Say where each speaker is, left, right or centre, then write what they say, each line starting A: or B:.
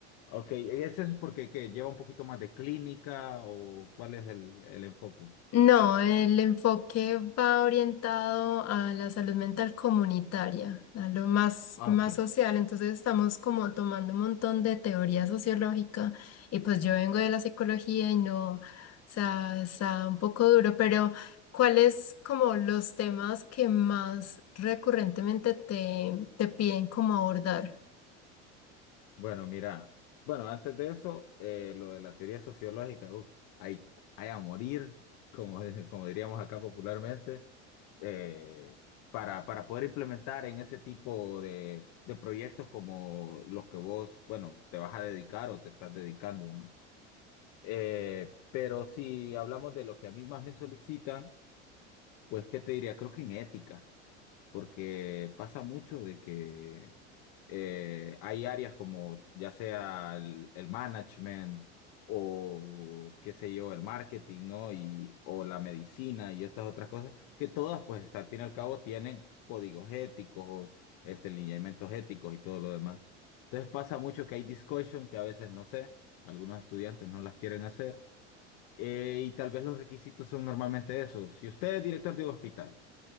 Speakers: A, on the left; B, on the left.
A: Ok, ¿ese es eso porque que lleva un poquito más de clínica o cuál es el, el enfoque?
B: No, el enfoque va orientado a la salud mental comunitaria, a lo más,
A: Ah,
B: más
A: ok.
B: social. Entonces estamos como tomando un montón de teoría sociológica y pues yo vengo de la psicología y no, o sea, está un poco duro, pero ¿cuáles como los temas que más recurrentemente te, te piden como abordar?
A: Bueno, mira, bueno, antes de eso, eh, lo de la teoría sociológica, uf, hay, hay a morir, como, de- como diríamos acá popularmente, eh, para, para poder implementar en ese tipo de, de proyectos como los que vos, bueno, te vas a dedicar o te estás dedicando, ¿no? Eh, pero si hablamos de lo que a mí más me solicitan, pues, ¿qué te diría? Creo que en ética. porque pasa mucho de que eh, hay áreas como ya sea el, el management o qué sé yo, el marketing, ¿no? Y, o la medicina y estas otras cosas, que todas pues hasta al fin y al cabo tienen códigos éticos, este, lineamientos éticos y todo lo demás. Entonces pasa mucho que hay discussion que a veces no sé, algunos estudiantes no las quieren hacer. eh, y tal vez los requisitos son normalmente esos. Si usted es director de un hospital,